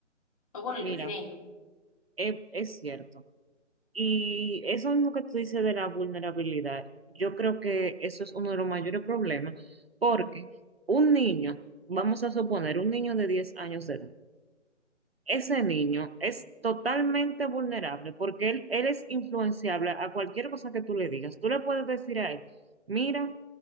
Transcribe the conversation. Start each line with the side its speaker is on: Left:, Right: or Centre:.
Left: o bueno,
Right: Mira,
Left: el que tiene hijos.
Right: Es, es cierto. Y eso mismo que tú dices de la vulnerabilidad, yo creo que eso es uno de los mayores problemas, porque un niño, vamos a suponer un niño de 10 años de edad, ese niño es totalmente vulnerable porque él, él es influenciable a cualquier cosa que tú le digas. Tú le puedes decir a él, mira,